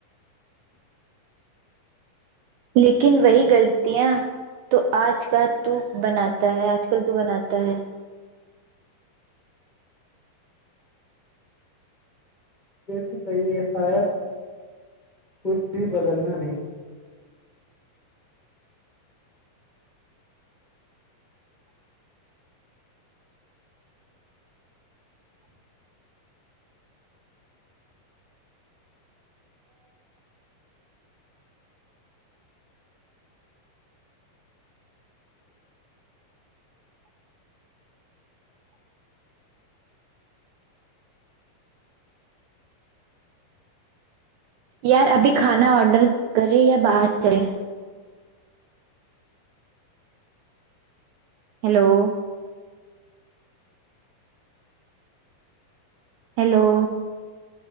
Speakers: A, on the right; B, on the left.
A: لیکن وہی غلطیاں تو آج کل تو بناتا ہے آج کل تو بناتا ہے
B: یہ بھی صحیح ہے شاید کچھ بھی بدلنا نہیں تھا
A: یار ابھی کھانا آڈر کریں یا باہر چلیں ہیلو ہیلو